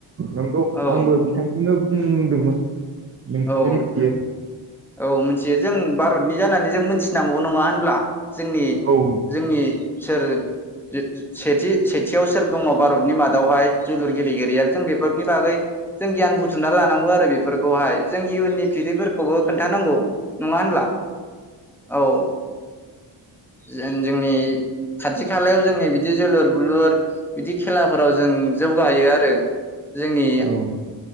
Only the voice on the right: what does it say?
नंगौ
आंबो बिथांखौनो बुंदों <inaudible> नोंथाङाबो
मिथियो
औ
औ